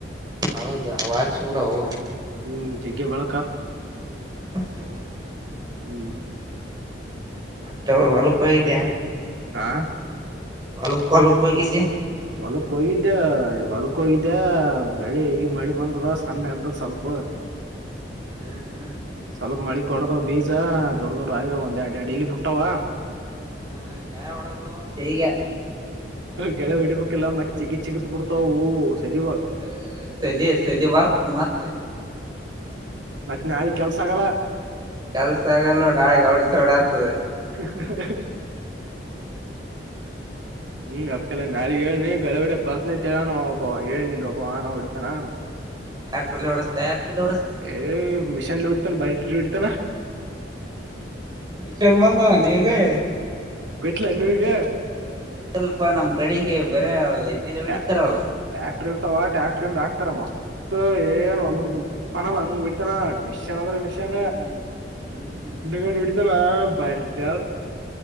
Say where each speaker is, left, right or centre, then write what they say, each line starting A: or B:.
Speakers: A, on the right; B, on the right.
A: ಹೌದ ಅವ ಹಾಕ್ಸಿ ಬಿಡವು
B: ಹ್ಮ ತೇಗಿ ಬಾಳ
A: ಹ್ಮ್
B: ಹ್ಮ
A: ಮತ್ತ ಹೊಲ್ಕ ಹೋಗಿದ್ಯಾ
B: ಹಾ
A: ಹೊಲ ಹೊಲಕ್ಕೆ ಹೋಗಿದ್ಯಾ
B: ಹೊಲ್ಕಕೆ ಹೋಗಿದ್ದೆ ಹೊಲ್ಕ್ಕೆ ಹೋಗಿದ್ದೆ ಬೆಳಿ ಈಗ ಮಳಿ ಬಂದದ ಸಣ್ಣ ಎದ್ದದ ಸ್ವಲ್ಪ
A: ಹ್ಮ್ ಹ್ಮ್
B: ಸ್ವಲ್ಪ ಮಳಿ ಕೊಡದವ್ ಬೀಜ ದೊಡ್ ದೊಡ್ ಆಗ ಒಂದ್ರಡ್ ಎರಡು ಇಲಿ ಬಿಟ್ಟವ
A: ಹ್ಮ ಗಳೇ ಹೊಡೆದುಬಿಡಬೇಕು ಈಗ
B: ಗಳೆ ಹೊಡಿಬೇಕಕ್ಕೆೆಲ್ಲ ಮತ್ತೆ ಚಿಗತ್ ಚಿಗುರಿ ಬಿಡ್ತಾವು ಸದಿಗಳು
A: ಹೌದ ಸೆದೆ ಸೆದೆ ವರ್ಕ್ ಮತ್ತೆ
B: ಮತ್ ನಾಳೆ ಕೆಲ್ಸ ಆಗಲ್ಲ
A: ಕೆಲ್ಸ ಆಗಲ್ಲ ನಾಳಗ ಓಷಧಿ ಹೊಡೆತದ್ದೆ
B: <inaudible> ಹ್ಮ್ ಅದ್ ಕಲೆ ನಾಳಗ್ ಹೇಳನಿ ಗಳಹೊಡಿಯೋಕೆ ಬರ್ತನ ಅಂತ ಹೇಳನ ಒಬ್ಬ ಹೇಳೇನಿಲ್ವ ಒಬ್ಬಾ ಹೊಡೀತಾನೆ
A: ಟ್ಯಾಕ್ಟ್ರಲ್ಲಿ ಹೊಡಸ್ತೆ ಎತ್ತಿಲಿ ಹೊಡಸ್ತೆ
B: ಹೇ ಮಷೀನ್ ಅಲ್ಲಿ ಹೊಡೀತಾನೆ ಬೈ ಹೊಡಿತನ
A: ಚೆಂದ್ ಬಂದವನ ಈಗೆ
B: ಗಾ ನಿಮಗೆ
A: ಗತ್ತು ಸ್ವಲ್ಪ ನಮ್ ಕಡೆಗೆ ಬರ ಹೊಡಿತಾರ
B: ಟ
A: ಅವು
B: ಟ್ಯಾಕ್ಟರ್ ಇರ್ತವ ಟ್ಯಾಕ್ಟರ್ಂದ ಹಾಕ್ತಾರಮ್ಮ ಮತ್ತ ಏನ್ ಒಂದು ಪನಲ್ ಹಂಗ್ ಬಿಡ್ತಾನ ಅಡ್ಮಿಷ ನಿನ್ಂದ ಮಷನ್
A: ಹ್ಮ್ ಹ್ಮ್ ಹ್ಮ್ ಹ್ಮ್
B: ಮೆ ಇತ್ತನಾ ಬರದ